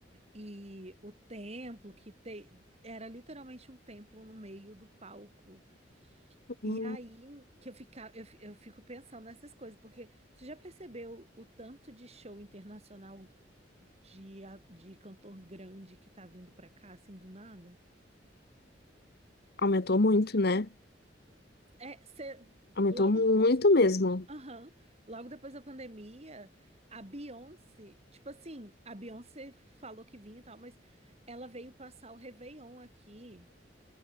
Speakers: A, on the right; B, on the left.
A: E o templo, que te- era literalmente um templo no meio do palco.
B: hum.
A: E aí que eu, fica, eu, fi- eu fico pensando nessas coisas, porque você já percebeu o tanto de show internacional de, a- de cantor grande que tá vindo pra cá, assim, do nada?
B: Aumentou muito, né?
A: É, cê-
B: Aumentou
A: logo
B: muito
A: depois,
B: mesmo.
A: aham, logo depois da pandemia, a Beyoncé, tipo assim, a Beyoncé falou que vinha e tal, mas ela veio passar o Réveillon aqui